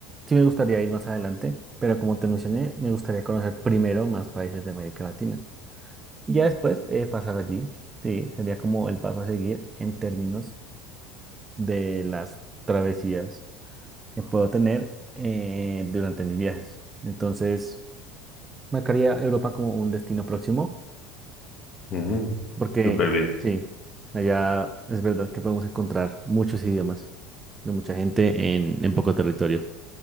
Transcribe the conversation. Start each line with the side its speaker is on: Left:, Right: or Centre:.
Right: sí me gustaría ir más adelante, pero como te mencioné, me gustaría conocer primero más países de América Latina. Y ya después eh, pasar allí. Sí, sería como el paso a seguir en términos de las travesías que puedo tener eh, durante mis viajes. Entonces, marcaría Europa como un destino próximo,
Left: Mm,
Right: porque
Left: súper bien.
Right: sí, allá es verdad que podemos encontrar muchos idiomas de mucha gente en, en poco territorio.